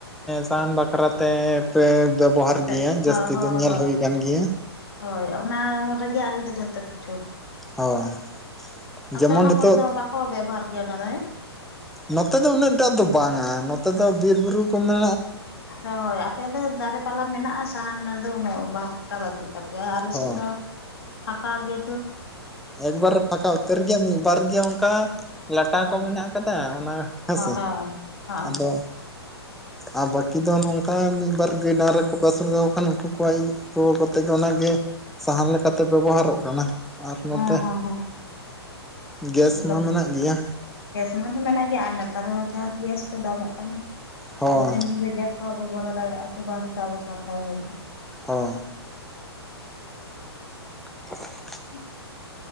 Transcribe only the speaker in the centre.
ᱥᱟᱦᱟᱱ ᱵᱟᱠᱷᱨᱟᱛᱮ ᱛᱮ ᱯᱮ ᱵᱮᱵᱚᱦᱟᱨ
ᱜᱮᱭᱟ ᱡᱟᱹᱥᱛᱤ
ᱫᱚ ᱧᱮᱞ
ᱦᱩᱭ
ᱟᱠᱟᱱ ᱜᱮᱭᱟ
ᱦᱳᱭ
ᱡᱮᱢᱚᱱ
ᱱᱤᱛᱚᱜ
ᱱᱚᱛᱮ ᱫᱚ ᱩᱱᱟᱹᱜ ᱴᱟᱜ ᱫᱚ ᱵᱟᱝᱟ ᱱᱚᱛᱮ ᱫᱚ ᱵᱤᱨᱼ ᱵᱩᱨᱩ ᱠᱚ ᱢᱮ
ᱦᱳᱭ
ᱮᱠᱵᱟᱨᱮ ᱯᱷᱟᱠᱟ ᱩᱛᱟᱹᱨ ᱜᱮᱭᱟ ᱢᱤᱫ ᱵᱟᱨ ᱜᱮ ᱚᱱᱠᱟ ᱞᱟᱴᱟ
ᱠᱚ ᱢᱮᱱᱟᱜ ᱠᱟᱫᱟ ᱚᱱᱟ ᱦᱮᱸᱥᱮ
ᱟᱫᱚ ᱟᱨ ᱵᱟᱹᱠᱤ ᱫᱚ ᱱᱚᱝᱠᱟ ᱢᱤᱫ ᱵᱟᱨ ᱜᱟᱹᱭ ᱰᱟᱝᱨᱟ ᱠᱚᱠᱚ ᱟᱥᱩᱞ ᱫᱚᱦᱚ ᱠᱚ ᱠᱷᱟᱱ ᱩᱱᱠᱩ ᱠᱚᱣᱟᱜ ᱤᱡ ᱠᱚ ᱛᱚᱵᱮ ᱚᱱᱟᱜᱮ ᱥᱟᱦᱟᱱ ᱞᱮᱠᱟᱛᱮ ᱵᱮᱵᱚᱦᱟᱨᱚᱜ ᱠᱟᱱᱟ ᱱᱚᱛᱮ
ᱜᱮᱥ
ᱢᱟ ᱢᱮᱱᱟᱜ
ᱜᱮᱭᱟ
ᱦᱳᱭ
ᱦᱚᱸ ᱦᱮ <unintelligible>